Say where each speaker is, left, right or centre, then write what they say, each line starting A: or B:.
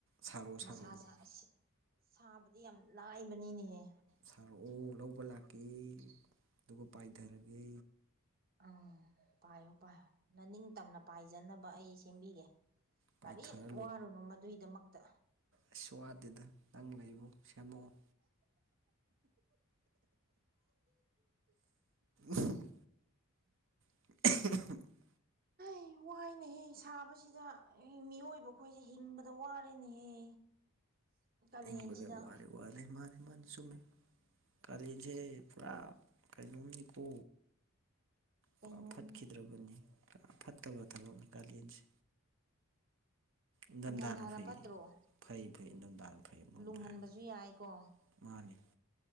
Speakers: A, on the right; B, on the right.
A: ꯁꯥꯔꯛꯑꯣ
B: ꯃꯁꯥ
A: ꯁꯥꯔꯛꯑꯣ
B: ꯁꯥ ꯑꯁ ꯁꯥꯕꯗꯤ ꯌꯥꯝ ꯂꯥꯏꯕꯅꯤꯅꯦꯍꯦ
A: ꯁꯥꯔꯛꯑꯣ ꯂꯧꯕ ꯂꯥꯛꯀꯦ ꯑꯗꯨꯒ ꯄꯥꯏꯊꯔꯒꯦ
B: ꯑ ꯄꯥꯏꯌꯣ ꯄꯥꯏꯌꯣ ꯃꯅꯤꯡꯇꯝꯅ ꯄꯥꯏꯖꯅꯕ ꯑꯩ ꯁꯦꯝꯕꯤꯒꯦ
A: ꯄꯥꯏꯊꯔ
B: ꯀꯔꯤꯝ ꯋꯥꯔꯨꯅꯨ ꯃꯗꯨꯒꯤꯗꯃꯛꯇ
A: ꯑꯁꯁꯨ ꯋꯥꯗꯦꯗ ꯅꯪ ꯂꯩꯕꯨ ꯁꯦꯝꯃꯛꯑꯣ ꯎꯝ <unintelligible>
B: ꯑꯩ ꯋꯥꯏꯅꯦꯍꯦ ꯁꯥꯕꯁꯤꯗ ꯃꯤꯑꯣꯏꯕ ꯑꯩꯈꯣꯏꯁꯦ ꯍꯤꯡꯕꯗ ꯋꯥꯔꯦꯅꯦꯍꯦ ꯀꯥꯂꯦꯟꯁꯤꯗ
A: ꯏꯪꯕꯗ ꯋꯥꯔꯦ ꯋꯥꯔꯦ ꯃꯥꯅꯦ ꯃꯥꯅꯤ ꯆꯨꯃ‌ꯦ ꯀꯂ‌ꯦꯟꯖ‌ꯦ ꯄꯨꯔꯥ ꯀꯩꯏꯅꯣꯝꯃꯤꯀꯣ
B: ꯀꯩꯅꯣꯝꯅꯤ
A: ꯄꯨꯔ ꯐꯠꯈꯤꯗ꯭ꯔꯕꯅꯤ ꯄꯨꯔꯥ ꯐꯠꯇꯕ ꯊꯕꯛꯅꯤ ꯀꯥꯂꯦꯟꯁꯦ ꯏꯊꯝꯊꯥꯅ
B: ꯅꯤꯡꯊꯝꯊꯥꯅ
A: ꯐꯩ
B: ꯐꯠꯇ꯭ꯔꯣ
A: ꯐꯩ ꯐꯩ ꯏꯝꯊꯝꯊꯥꯅ ꯐꯩ ꯑꯃꯣꯝꯗ
B: ꯂꯨꯝꯍꯟꯕꯁꯨ
A: ꯍꯥꯏꯔꯒꯗꯤ
B: ꯌꯥꯏꯀꯣ
A: ꯃꯥꯅꯦ